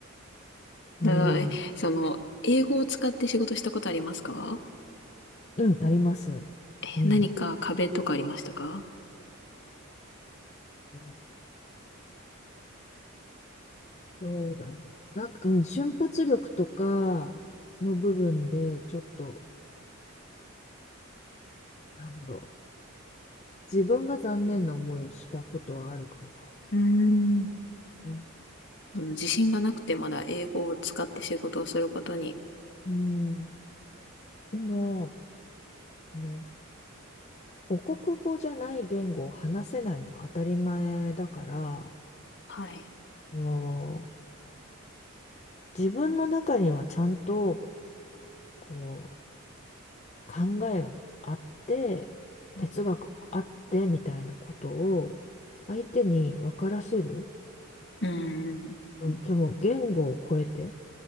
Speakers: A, on the left; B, on the left.
A: うん
B: だから、えその、英語を使って仕事したことありますか
A: うん、あります。
B: え、
A: うん。
B: 何か壁とかありましたか
A: うんそうだな。なんか、うん、瞬発力とかの部分で、ちょっと、なんだろう。自分が残念な思いをしたことはあるかな。
B: うーん。
A: うん
B: その自信がなくてまだ英語を使って仕事をすることに。
A: うん。でも、あの、母国語じゃない言語を話せないのは当たり前だから、
B: はい。
A: もう、自分の中にはちゃんと、こう、考えがあって、
B: はい。
A: 哲学もあってみたいなことを相手に分からせる、
B: うーん。
A: うん、その言語を超えて、